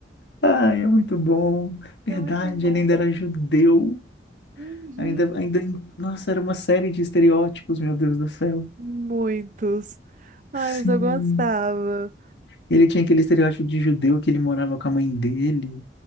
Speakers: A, on the left; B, on the right.
A: Ai, é muito bom. Verdade,
B: É muito bom.
A: ele ainda era judeu.
B: Uhum.
A: Ainda, ainda, nossa, era uma série de estereótipos, meu Deus do céu.
B: Muitos. Ai,
A: Sim.
B: mas eu gostava.
A: Ele tinha aquele estereótipo de judeu que ele morava com a mãe dele.